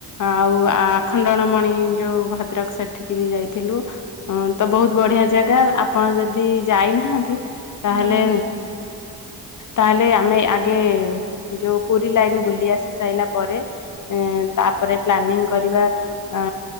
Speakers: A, on the left; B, on the right.
A: ଆଉ ଆଖଣ୍ଡଣମଣି ଯେଉଁ ଭଦ୍ରକ ସେଠିକି ବି ଯାଇଥିଲୁ। ହଁ ତ ବହୁତ ବଢିଆ ଜାଗା ଆପଣ ଯଦି ଯାଇନାହାନ୍ତି ତାହେଲେ
B: ନାଇଁ ମୁଁ ଯାଇନି।
A: ତାହେଲେ ଆମେ ଆଗେ ଯୋଉ ପୁରୀ ଲାଇନ ବୁଲି ଆସି ସାରିଲା ପରେ ତାପରେ ପ୍ଲାନିଙ୍ଗ କରିବା ଅ